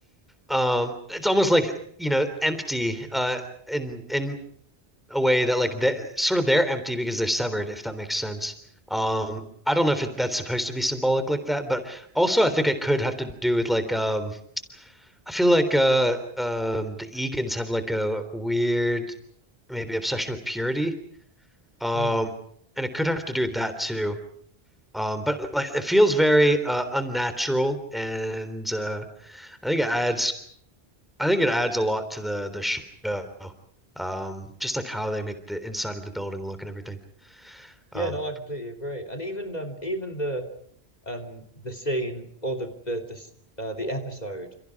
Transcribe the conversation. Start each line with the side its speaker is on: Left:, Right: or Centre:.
Centre: um it's almost like you know empty uh in in a way that like they sort of they're empty because they're severed if that makes sense um I don't know if it, that's supposed to be symbolic like that but also I think it could have to do with like um I feel like uh um the Egan's have like a weird maybe obsession with purity um
Left: Mm.
Centre: and it could have to do with that too um but like it feels very uh unnatural and uh I think it adds I think it adds a lot to the the show. Um, just like how they make the inside of the building look and everything. Um,
Left: Yeah, no, I completely agree. And even um even the um the scene or the the the uh, the episode